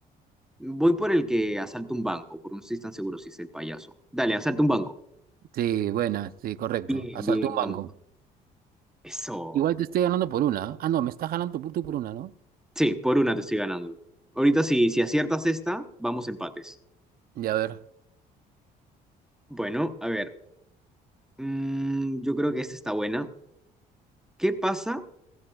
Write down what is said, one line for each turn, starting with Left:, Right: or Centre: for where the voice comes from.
Centre: Voy por el que asalta un banco, porque no estoy tan seguro si es el payaso. Dale, asalta un banco.
Right: Sí, buena, sí, correcto.
Centre: Bien,
Right: Asaltó
Centre: bien,
Right: un banco.
Centre: vamos. Eso.
Right: Igual te estoy ganando por una. ¿eh? Ah, no, me estás ganando por- tú por una, ¿no?
Centre: Sí, por una te estoy ganando. Ahorita si, si aciertas esta, vamos empates.
Right: Ya, a ver,
Centre: Bueno, a ver. mm, yo creo que esta está buena. ¿Qué pasa